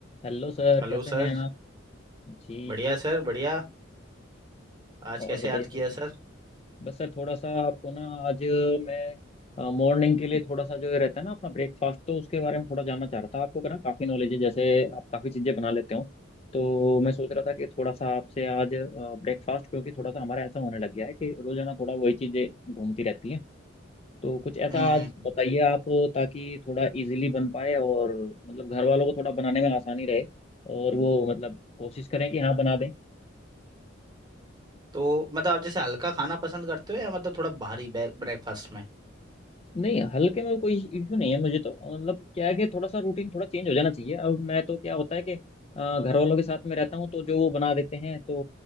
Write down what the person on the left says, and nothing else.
Hello sir
कैसे हैं
आप जी
और
बताइए
सर
क्या-
बस सर थोड़ा सा आपको ना आज मैं मॉर्निंग के लिए थोड़ा सा जो ये रहता है ना अपना ब्रेकफास्ट तो उसके बारे में थोड़ा जानना चाह रहा था आपको ना काफ़ी नॉलेज है जैसे आप काफ़ी चीज़ें बना लेते हो तो मैं सोच रहा था कि थोड़ा सा आपसे आज ब्रेकफास्ट क्योंकि थोड़ा सा हमारा ऐसा होने लग गया है कि रोजाना थोड़ा वही चीज़ें घूमती रहती हैं तो कुछ ऐसा
आज
बताइए आप ताकि थोड़ा इजीली बन पाए और मतलब घर वालों को थोड़ा बनाने में आसानी रहे और वो मतलब कोशिश करें कि हाँ बना दें
नहीं हल्के में कोई इशू नहीं है मुझे तो मतलब क्या है कि थोड़ा सा रूटीन थोड़ा चेंज हो जाना चाहिए अब मैं तो क्या होता है कि अ, घर वालों के साथ में रहता हूँ तो जो वो बना देते हैं तो